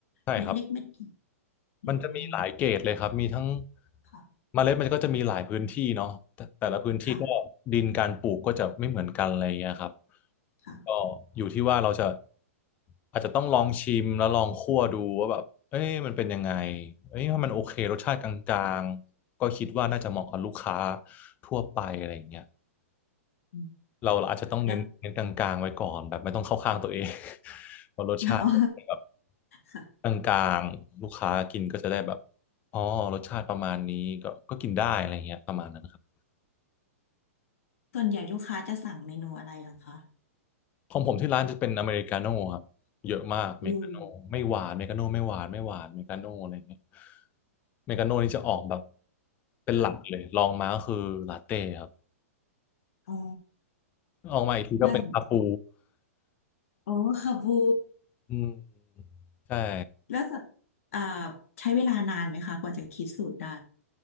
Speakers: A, on the left; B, on the left.
A: ใช่ครับ
B: เม็ดเล็กเม็ดใหญ่อืม
A: มันจะมีหลายเกรดเลยครับ มีทั้ง
B: ค่ะ
A: เมล็ดมันก็จะมีหลายพื้นที่เนาะแต่แต่ละพื้นที่ก็ดินการปลูกก็จะไม่เหมือนกันอะไรอย่างเงี้ยครับ
B: ค่ะค่ะ
A: ก็อยู่ที่ว่าเราจะอาจจะต้องลองชิมแล้วลองคั่วดูว่าแบบเอ้ยมันเป็นยังไงเอ้ยถ้ามันโอเครสชาติกลางๆก็คิดว่าน่าจะเหมาะกับลูกค้าทั่วไปอะไรอย่างเงี้ย
B: อืม
A: เราอาจจะต้องเน้นเน้นกลางๆไว้ก่อนแบบไม่ต้องเข้าข้างตัวเอง
B: แล้ว
A: <laughs> เพราะรสชาติเป็นแบบ
B: อ๋อค่ะ
A: กลางๆลูกค้ากินก็จะได้แบบอ๋อรสชาติประมาณนี้ก็ก็กินได้อะไรเงี้ยประมาณนั้นนะครับ
B: ส่วนใหญ่ลูกค้าจะสั่งเมนูอะไรเหรอคะ
A: ของผมที่ร้านจะเป็นอเมริกาโน่ครับเยอะมากเมกาโน่ไม่หวานเมกาโน่ไม่หวานไม่หวานเมกาโน่อะไรเงี้ย
B: อืม
A: เมกาโน่นี่จะออกแบบเป็นหลักเลยลองมาก็คือลาเต้ครับ
B: ค่ะอ๋อ
A: ออกมาอีกทีก็เป็นคาปู
B: น่าสนใจ โอ้ค่ะบู
A: <laughs> อืมใช่
B: แล้วจะอ่าใช้เวลานานไหมคะกว่าจะคิดสูตรได้